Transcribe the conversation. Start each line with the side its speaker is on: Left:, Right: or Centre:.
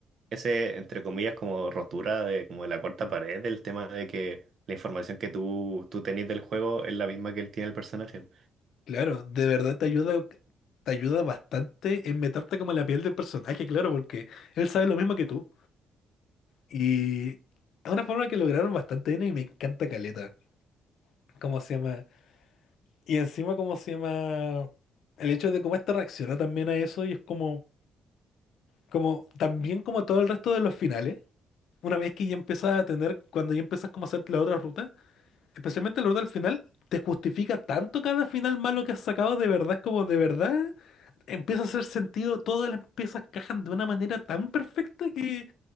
Right: ese, entre comillas, como rotura de como de la cuarta pared, del tema de que la información que tú, tú tenés del juego es la misma que él tiene el personaje.
Left: Claro, de verdad te ayuda, te ayuda bastante en meterte como en la piel del personaje, claro, porque él sabe lo mismo que tú. Y es una forma que lograron bastante bien y me encanta caleta. ¿Cómo se llama? Y encima, ¿cómo se llama? El hecho de cómo esta reacciona también a eso y es como, como, también como todo el resto de los finales, una vez que ya empiezas a tener, cuando ya empiezas como a hacer la otra ruta, especialmente la ruta del final, te justifica tanto cada final malo que has sacado, de verdad, es como de verdad, empieza a hacer sentido, todas las piezas cajan de una manera tan perfecta que,